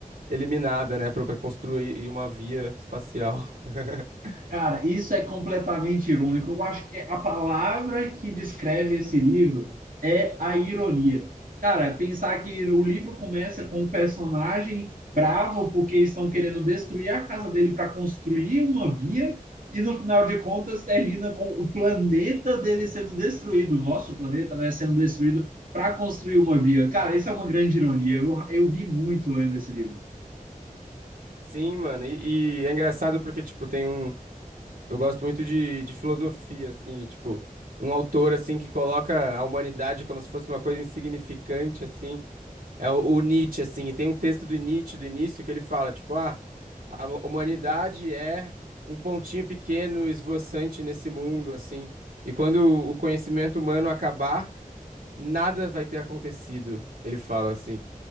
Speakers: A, on the right; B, on the right.
A: eliminada, né, para construir uma via espacial. <laughs>
B: Cara, isso é completamente irônico. Eu acho que a palavra que descreve esse livro é a ironia. Cara, pensar que o livro começa com um personagem bravo porque estão querendo destruir a casa dele para construir uma via e no final de contas termina com o planeta dele sendo destruído, o nosso planeta, né, sendo destruído para construir uma via. Cara, isso é uma grande ironia. Eu, eu ri muito lendo esse livro.
A: Sim, mano, e, e é engraçado porque, tipo, tem um... Eu gosto muito de, de filosofia, assim, e, tipo, um autor, assim, que coloca a humanidade como se fosse uma coisa insignificante, assim, É o, o Nietzsche, assim, e tem um texto do Nietzsche do início que ele fala, tipo, ah, a humanidade é um pontinho pequeno esvoaçante nesse mundo, assim, e quando o conhecimento humano acabar, nada vai ter acontecido, ele fala assim.